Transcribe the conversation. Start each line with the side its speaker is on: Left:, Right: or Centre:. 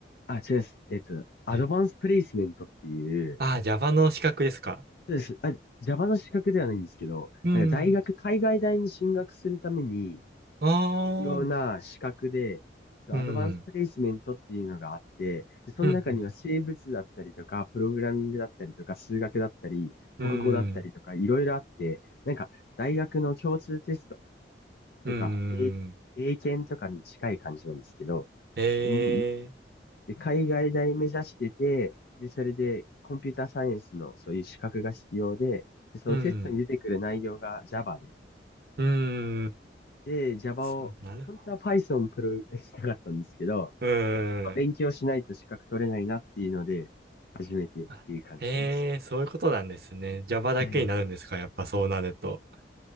Left: あ、違います。えっと、アドバンスプレイスメントっていう、
Right: ねああー Java の資格ですか。
Left: そうです。あ、Java の資格ではないんですけど、
Right: うん。
Left: なんか大学、海外大に進学するために、
Right: あ
Left: 必要な資格で、
Right: あ、
Left: そう、
Right: うん。
Left: アドバンスプレイスメントっていうのがあって、で、その中には生物だったりとか、
Right: うん。うん。
Left: プログラミングだったりとか、数学だったり、国語だったりとか、
Right: うん。
Left: いろいろあって、なんか、大学の共通テスト
Right: うん。
Left: とか、英、英検とかに近い感じなんですけど、
Right: ええ。
Left: で、もうで、海外大目指してて、で、それで、コンピューターサイエンスのそういう資格が必要で、で、そのテストに出てくる内容が
Right: うん。
Left: Java で、
Right: うん。
Left: で、Java
Right: あそうなるほ
Left: を、本当は Python プロしたかったんですけど、
Right: ど。うーん。
Left: 勉強しないと資格取れないなっていうので、初めてっていう感じなんです。
Right: あ、へえ、そういうことなんですね。Java だけになるんですか、
Left: はい
Right: やっぱそうなると。